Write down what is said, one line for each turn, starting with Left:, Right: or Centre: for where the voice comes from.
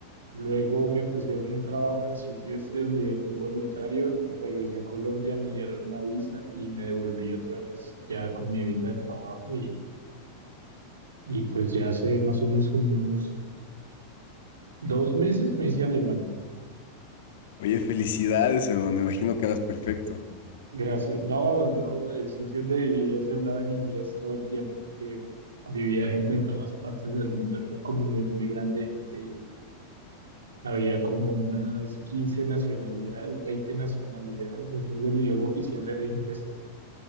Right: Luego me ofrecieron un trabajo en el sitio este donde fui voluntario, me regresé a Colombia, me dieron una visa y me devolví otra vez ya con mi visa de trabajo Y pues ya hace más o menos como unos dos meses me hice alemán.
Left: Oye, felicidades, hermano. Imagino que harás perfecto.
Right: Gracias. No, no, el sitio donde vivía se hablaba en inglés todo el tiempo porque vivía gente de todas partes del mundo. Era una comunidad muy grande de gente y había como unas 15 nacionalidades, 20 nacionalidades. Entonces el idioma oficial era inglés.